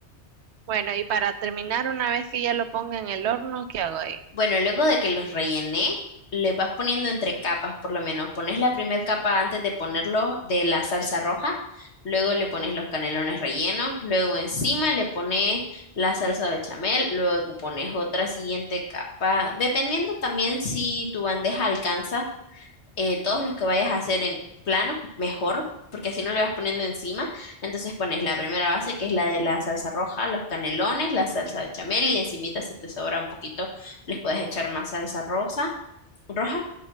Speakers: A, on the right; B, on the left.
A: Bueno, y para terminar, una vez que ya lo ponga en el horno, ¿qué hago ahí?
B: Bueno, luego de que los rellené, les vas poniendo entre capas, por lo menos pones la primera capa antes de ponerlo de la salsa roja, luego le pones los canelones rellenos, luego encima le pones la salsa bechamel, luego pones otra siguiente capa, dependiendo también si tu bandeja alcanza. eh, todos los que vayas a hacer en planos, mejor, porque así no le vas poniendo encima. Entonces pones la primera base, que es la de la salsa roja, los canelones, la salsa bechamel y encimita, si te sobra un poquito, les puedes echar más salsa rosa, roja.